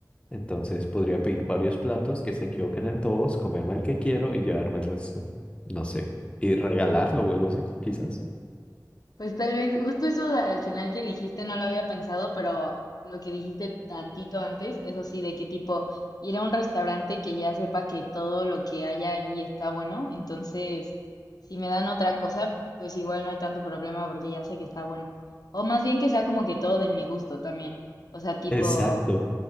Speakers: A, on the left (about 15°); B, on the left (about 65°).
A: Entonces podría pedir varios platos que se equivoquen en todos, comerme el que quiero y llevarme el resto, no sé, y regalarlo o algo así, quizás.
B: Pues tal vez, justo eso de- al final que dijiste no lo había pensado, pero lo que dijiste tantito antes, eso sí, de qué tipo ir a un restaurante que ya sepa que todo lo que haya allí está bueno, entonces si me dan otra cosa, pues igual no hay tanto problema porque ya sé que está bueno. O más bien que sea como que todo de mi gusto también. O sea, tipo,
A: Exacto.